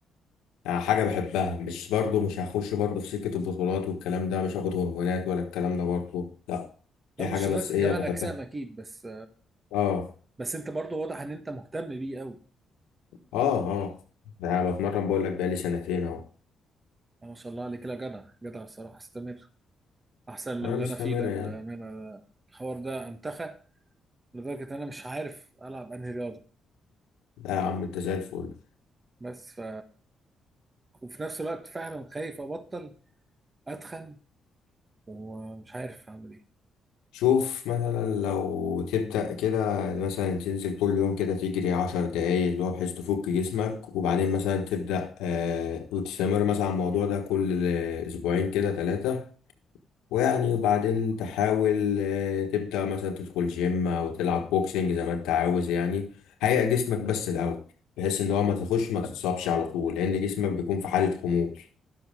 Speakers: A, on the left (about 85°); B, on the right (about 30°).
A: يعني حاجة بحبها مش برضو مش هخش برضو في سكة البطولات والكلام ده مش هاخد هرمونات ولا الكلام ده برضو لا
B: ده
A: دي
B: مش
A: حاجة بس
B: لدرجه
A: ايه
B: كمال
A: بحبها
B: اجسام اكيد بس
A: اه
B: بس انت برضو واضح ان انت مهتم بيه قوي
A: اه اه يعني بتمرن بقول لك بقالي سنتين اهو
B: ما شاء الله عليك لا جدع جدع الصراحه استمر احسن من
A: ولا
B: اللي
A: مستمرة
B: انا فيه ده
A: يعني
B: بامانه الحوار ده انتخى لدرجه ان انا مش عارف العب انهي رياضه
A: لا يا عم انت زي الفل
B: بس ف وفي نفس الوقت فعلا خايف ابطل اتخن ومش عارف اعمل ايه
A: شوف مثلا لو تبدأ كده مثلا تنزل كل يوم كده تجري عشر دقايق اللي هو بحيث تفك جسمك وبعدين مثلا تبدأ آه وتستمر مثلا على الموضوع ده كل أسبوعين كده ثلاثة ويعني وبعدين تحاول آه تبدأ مثلا تدخل جيم أو تلعب بوكسنج زي ما انت عاوز يعني هيئ جسمك بس الأول بحيث إن هو ما تخش ما تتصابش على طول لأن جسمك بيكون في حالة خمول